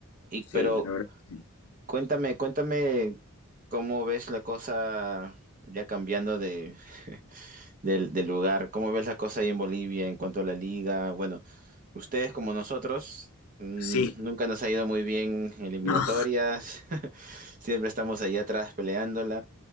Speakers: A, on the right (about 40°); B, on the left (about 75°).
A: Y,
B: Sí,
A: pero
B: la verdad. Sí.
A: cuéntame, cuéntame cómo ves la cosa ya cambiando de, del del lugar, cómo ves la cosa ahí en Bolivia en cuanto a la liga. Bueno, ustedes como nosotros, mm,
B: Sí.
A: nunca nos ha ido muy bien eliminatorias,
B: No.
A: <laughs> siempre estamos allá atrás peleándola.